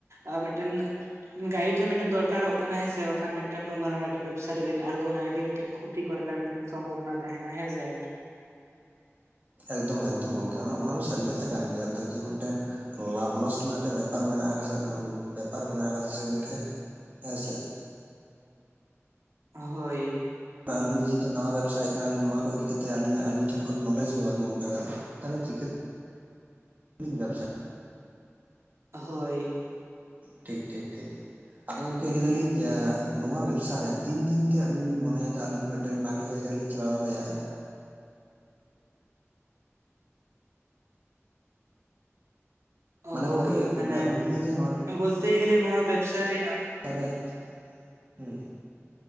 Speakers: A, on the right; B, on the right.
A: ᱟᱨ ᱢᱤᱫᱴᱮᱱ ᱜᱟᱭᱤᱰ ᱫᱚ ᱢᱤᱫᱴᱮᱱ ᱫᱚᱨᱠᱟᱨᱚᱜ ᱠᱟᱱᱟ ᱦᱮᱸ ᱥᱮ ᱵᱟᱝᱠᱷᱟᱱ ᱵᱟᱝᱠᱷᱟᱱ ᱢᱤᱫ ᱴᱮᱱ ᱢᱟᱨᱟᱝ ᱢᱤᱫ ᱴᱮᱱ ᱵᱮᱵᱽᱥᱟ ᱨᱮᱵᱮᱱ ᱟᱬᱜᱚᱱᱟ ᱟᱹᱰᱤ ᱢᱤᱫᱴᱮᱱ ᱛᱤ ᱠᱚᱨᱮᱱᱟᱜ ᱢᱤᱫᱴᱟᱝ ᱥᱚᱢᱵᱷᱚᱵᱽᱱᱟ ᱛᱟᱦᱮᱱᱟ ᱦᱮᱸᱥᱮ
B: ᱮᱜᱽᱫᱚᱢ ᱮᱜᱽᱫᱚᱢ ᱜᱚᱢᱠᱮ ᱚᱱᱟ ᱚᱱᱟ ᱫᱚ ᱥᱟᱹᱨᱤ ᱠᱟᱛᱷᱟ ᱠᱟᱱ ᱜᱮᱭᱟ ᱛᱚ ᱡᱮ ᱢᱤᱫᱴᱮᱱ ᱞᱟᱵᱷ ᱞᱚᱥ ᱨᱮᱱᱟᱜ ᱢᱤᱫᱴᱮᱱ ᱵᱮᱯᱟᱨ ᱢᱮᱱᱟᱜ ᱟᱠᱟᱫᱟ ᱵᱮᱯᱟᱨ ᱢᱮᱱᱟᱜ ᱟᱠᱟᱫᱟ ᱥᱮᱸ ᱜᱚᱢᱠᱮ᱾ ᱦᱮᱸ ᱥᱮᱸ?
A: ᱦᱳᱭ
B: ᱟᱹᱞᱤᱧᱟᱜ ᱡᱮᱛᱩ ᱱᱟᱣᱟ ᱵᱮᱵᱥᱟᱭ ᱠᱟᱱᱟᱞᱤᱧ ᱱᱚᱣᱟ ᱠᱚ ᱤᱫᱤ ᱠᱟᱛᱮ ᱟᱞᱤᱧᱟᱜ ᱟᱹᱞᱤᱧ ᱴᱷᱮᱱ ᱠᱷᱚᱱ ᱱᱚᱞᱮᱡ ᱜᱮ ᱵᱟᱹᱱᱩᱜ ᱟᱠᱟᱫᱟ᱾ ᱛᱟᱦᱚᱞᱮ ᱪᱤᱠᱟᱹ ᱛᱮᱵᱤᱱ ᱵᱮᱵᱥᱟᱭᱟ᱾
A: ᱦᱳᱭ
B: ᱴᱷᱤᱠ ᱴᱷᱤᱠ ᱴᱷᱤᱠ ᱟᱫᱚ ᱜᱚᱢᱠᱮ ᱞᱟᱹᱭ ᱮᱫᱟᱞᱤᱧ ᱱᱚᱣᱟ ᱵᱮᱵᱥᱟ ᱨᱮ ᱛᱤᱱ ᱫᱤᱱ ᱛᱮ ᱟᱵᱤᱱ ᱵᱤᱱ ᱢᱚᱱᱮ ᱠᱟᱫ ᱟᱹᱞᱤᱧ ᱢᱟ ᱵᱷᱟᱜᱤ ᱡᱟᱭᱜᱟ ᱨᱮᱞᱤᱧ ᱪᱟᱞᱟᱣ ᱫᱟᱲᱮᱭᱟᱜᱼᱟ᱾
A: ᱚ
B: ᱢᱟᱱᱮ
A: ᱦᱳᱭ
B: ᱜᱚᱝᱠᱮ
A: ᱢᱟᱱᱮ
B: ᱟᱹᱵᱤᱱ ᱵᱤᱱ ᱞᱟᱹᱭ ᱫᱟ ᱱᱚᱣᱟ
A: ᱵᱚᱞᱛᱮ ᱜᱮᱞᱮ ᱱᱚᱣᱟ ᱵᱮᱵᱥᱟ ᱨᱮᱭᱟᱜ
B: <inaudible> ᱦᱩᱸ